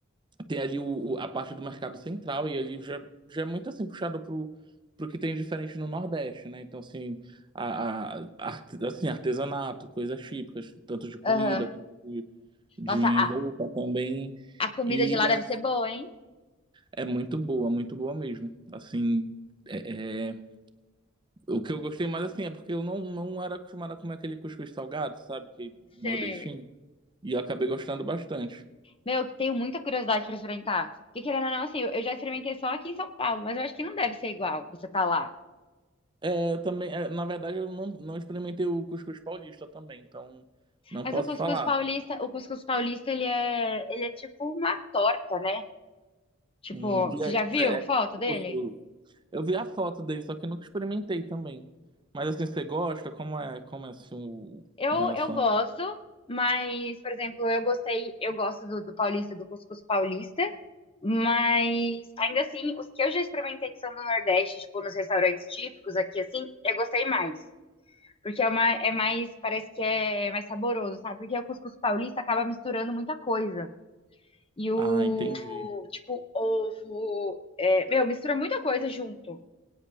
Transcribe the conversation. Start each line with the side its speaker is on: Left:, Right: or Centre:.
Right: Tem ali o, o- a parte do mercado central e ali já, já é muito assim puxado pro, pro que tem diferente no Nordeste, né? Então, assim, a, a- arte- assim, artesanato, coisas típicas, tanto de comida
Left: aham.
Right: quanto de, de
Left: Nossa, a,
Right: roupa também.
Left: a comida
Right: E
Left: de lá deve
Right: as-
Left: ser boa, hein?
Right: é muito boa, muito boa mesmo. Assim, é, é- o que eu gostei mais assim é porque eu não, não era acostumado a comer aquele cuscuz salgado, sabe? Que é
Left: Sei.
Right: nordestino. E eu acabei gostando bastante.
Left: Meu, eu tenho muita curiosidade pra experimentar. Porque querendo ou não, assim, eu eu já experimentei só aqui em São Paulo, mas eu acho que não deve ser igual você tá lá.
Right: É, eu também, é, na verdade, eu não, não experimentei o cuscuz paulista também, então não
Left: Mas
Right: posso
Left: o cuscuz
Right: falar.
Left: paulista, o cuscuz paulista, ele é, ele é tipo uma torta, né? Tipo,
Right: Hum, e
Left: você
Right: aí,
Left: já viu
Right: é, é
Left: foto dele?
Right: gostoso. eu vi a foto dele, só que nunca experimentei também. Mas assim, você gosta? Como é, como é assim, o,
Left: Eu,
Right: em relação?
Left: eu gosto, mas, por exemplo, eu gostei, eu gosto do, do paulista, do cuscuz paulista, mas ainda assim, os que eu já experimentei que são do Nordeste, tipo, nos restaurantes típicos aqui, assim, eu gostei mais. Porque é, uma, é mais, parece que é mais saboroso, sabe? Porque o cuscuz paulista acaba misturando muita coisa. E o,
Right: Ah, entendi.
Left: tipo, ovo, é, meu, mistura muita coisa junto.